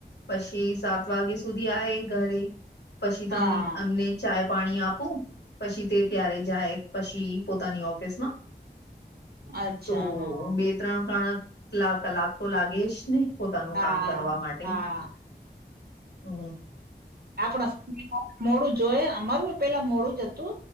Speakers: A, on the left; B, on the right.
A: પછી સાત વાગે સુધી આયે ઘરે. પછી તમ
B: હા
A: એમને ચાય પાણી આપું, પછી તે ત્યારે જાય. પછી પોતાની ઓફિસમાં.
B: અચ્છા
A: તો
B: હા
A: હું બે ત્રણ કણ કલા કલાક તો લાગે જ ને. પોતાનું
B: હા
A: કામ કરવા માટે
B: હા
A: અ
B: આપડા <inaudible> મોરુ જોયે અમારુંય પેલા મોડું જ અતુ